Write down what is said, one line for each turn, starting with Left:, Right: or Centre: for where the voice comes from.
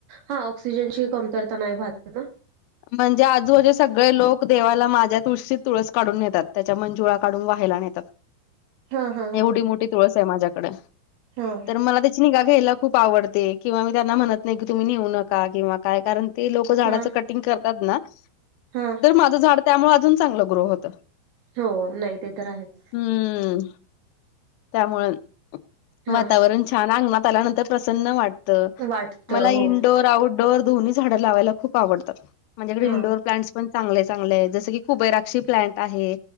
Right: हा ऑक्सिजनची कमतरता नाही भज ना
Left: म्हणजे आजूबाजूचं सगळे लोक देवाला माझ्या तुळशीत तुळस काढून नेतात त्याच्या मंजुळा काढून व्हायला नेतात.
Right: हा हा
Left: एवढी मोठी तुळस आहे माझ्याकडे
Right: हां
Left: तर मला त्याची निगा घ्यायला खूप आवडते किंवा मी त्यांना म्हणत नाही की तुम्ही नेऊ नका किंवा काय कारण ती लोक झाडाचं
Right: हा हा
Left: कटिंग करतात ना?
Right: हा
Left: तर माझं झाड त्यामुळे अजून चांगलं ग्रो होतं.
Right: हो नाही ते तर आहेच
Left: हम्म त्यामुंण
Right: हा
Left: वातावरण छान अंगणात आल्यानंतर प्रसन्न वाटतं
Right: वाटत
Left: मला
Right: हो
Left: इनडोअर आउटडोअर दोन्ही झाडं लावायला खूप आवडता. म्हणजे इकडे
Right: हा
Left: इंनडोअर प्लांट्स पण चांगले चांगले आहे जसं की कुबेराक्षी प्लांट आहे.